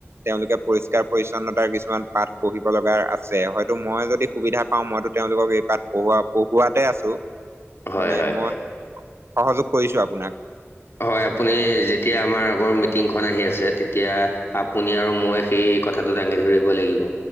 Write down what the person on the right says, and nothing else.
তেওঁলোকে পৰিষ্কাৰ পৰিচ্ছন্নতাৰ কিছুমান পাঠ পঢ়িব লগা আছে, হয়তো মই যদি সুবিধা পাওঁ মইতো তেওঁলোকক এই তাত পঢ়োৱা পঢ়োৱাতে আছো
মানে
মই সহযোগ কৰিছো আপোনাক।